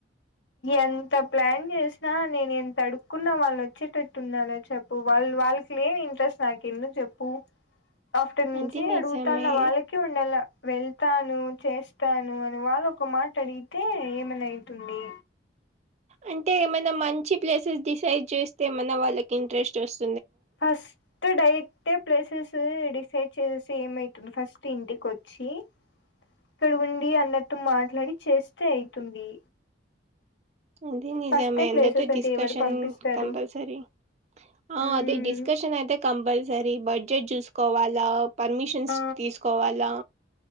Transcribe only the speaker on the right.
అది నిజమే
అంటే ఏమైన్నా మంచి ప్లేసెస్ డిసైడ్ చేస్తే ఏమన్నా వాళ్ళకి ఇంట్రెస్ట్ వొస్.
ఇది నిజమే
అందరితో
డిస్కషన్,
కంపల్సరీ. ఆ
అది డిస్కషన్ అయితే కంపల్సరి బట్. బడ్జెట్ చూసుకోవాలా, పర్మిషన్స్
తీసుకోవాలా.